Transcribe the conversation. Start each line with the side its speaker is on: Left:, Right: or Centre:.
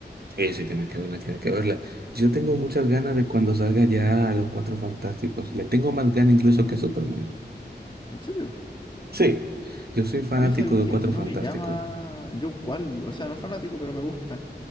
Right: Sí, sí, tienes que verla, tienes que verla. Yo tengo muchas ganas de cuando salga ya Los Cuatro Fantásticos. Le tengo más ganas incluso que Superman.
Left: ¿En serio?
Right: Sí, yo soy fanático
Left: A mí sabéis
Right: de
Left: que
Right: Cuatro
Left: no
Right: Fantásticos.
Left: me llama yo cual, o sea, no fanático, pero me gustan.